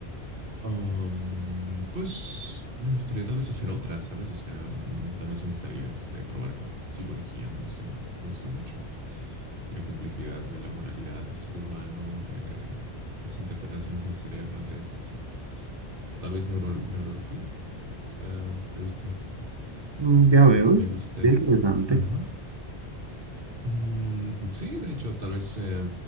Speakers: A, on the right (about 55°); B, on the right (about 30°).
A: Um, pues me gustaría tal vez hacer otra, ¿sabes? O sea, mm, tal vez me gustaría este, probar con psicología, me gusta, me gusta mucho. la complejidad de la moralidad del ser humano, eh, las interpretaciones del cerebro ante esto, sí. O tal vez neuro- neurología, ¿sabes? O sea, me gusta,
B: Mm, Ya veo,
A: me
B: es
A: gusta
B: interesante.
A: es- Ajá. Mm, sí, de hecho, tal vez eh,